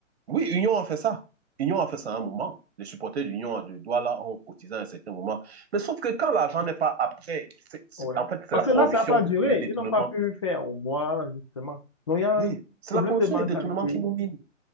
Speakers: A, on the right (about 55°); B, on the left (about 25°).
A: Oui, Union a fait ça. Union a fait ça à un moment. Les supporters d'Union de Douala ont cotisé à un certain moment. Mais sauf que quand l'argent n'est pas après, c
B: Ouais.
A: est, en fait, c'est
B: Parce
A: la
B: que
A: corruption
B: là, ça n'a pas duré.
A: et les détournements.
B: Ils n'ont pas pu faire au revoir, justement. Donc, il y a
A: Oui,
B: un
A: c'est
B: problème
A: la corruption
B: de mentalité
A: et les détournements qui nous minent.